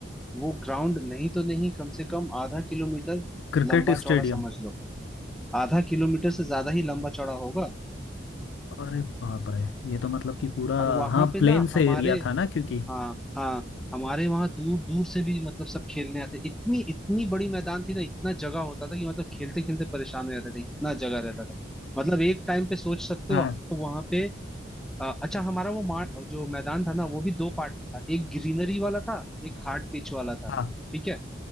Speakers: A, in the centre; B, on the left.
A: वो ग्राउंड नहीं तो नहीं कम से कम आधा किलोमीटर
B: क्रिकेट
A: लंबा
B: स्टेडियम
A: चौड़ा समझ लो आधा किलोमीटर से ज्यादा ही लंबा चौड़ा होगा
B: अरे बाप रे ये तो मतलब कि पूरा
A: और वहां
B: हाँ
A: पे
B: प्लेन
A: ना हमारे
B: से एरिया था ना क्योंकि
A: हाँ हाँ हमारे वहां दूर दूर से भी मतलब सब खेलने आते इतनी इतनी बड़ी मैदान थी ना इतना जगह होता था कि मतलब खेलते खेलते परेशान हो जाते थे इतना जगह रहता था मतलब एक टाइम पे सोच सकते
B: हाँ
A: हो तो वहां पे अ, अच्छा हमारा वो मा, जो मैदान था ना वो भी दो पार्ट में था एक ग्रीनरी वाला था एक हार्ड पिच वाला था
B: हाँ
A: ठीक है